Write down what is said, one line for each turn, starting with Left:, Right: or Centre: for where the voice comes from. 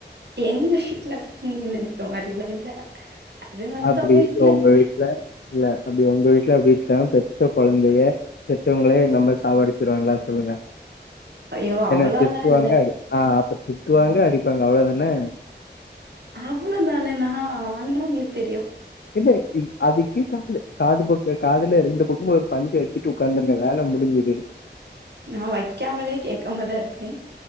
Right: எங்க செட்டுல ஃப்ரி நீங்க நெனைக்குற மாரிலா இல்ல அது மத்தவங்க
Left: அப்டி
Right: வீட்ல
Left: உங்க வீட்ல இல்ல அப்டி உங்க வீட்ல அப்டி த பெத்த கொழந்தய பெத்தவங்களே நம்ம சாவடிச்சிருவாங்களா சொல்லுங்க
Right: ஐயோ அவ்வளோலாம்
Left: என்ன திட்டுவாங்க
Right: இல்ல
Left: அடிப் ஆ அப்ப திட்டுவாங்க அடிப்பாங்க அவ்ள தானே
Right: அவ்ளோ தானே நா வந்தா உங்களுக்கு தெரியும்
Left: இல்லே இ அதுக்கேக்காமலே காதுலக்கு காதுல ரெண்டு பக்கமு ஒரு பஞ்ச வச் ச்சிட்டு உக்காந்துருக்க வேல முடிஞ்சுது
Right: நா வைக்காமலே கேக்காமதா இர்பே